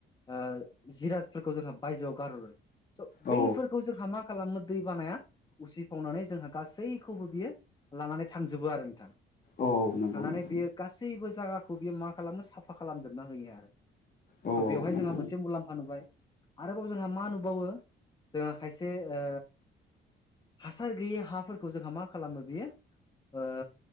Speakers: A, on the left; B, on the left.
A: ओ जिराजफोरखौ जोंहा बायजोआव गारहरो। स' बैफोरखौ
B: औ
A: जोंहा मा खालामो दै बानाया उसि खावनानै जोंहा गासैखौबो बियो लानानै थांजोबो आरो नोंथां।
B: औ नंगौ
A: थांनानै
B: नोंथां
A: बियो गासैबो जायगाखौ बियो मा खालामो साफा खालामजोबना होयो आरो। स'
B: औ औ
A: बेवहाय
B: नंगौ
A: जोंहा मोनसे मुलाम्फा नुबाय। आरोबाव जोंहा मा नुबावो जोंहा खायसे ओ हासार गैयै हाफोरखौ जोंहा मा खालामो बेयो ओ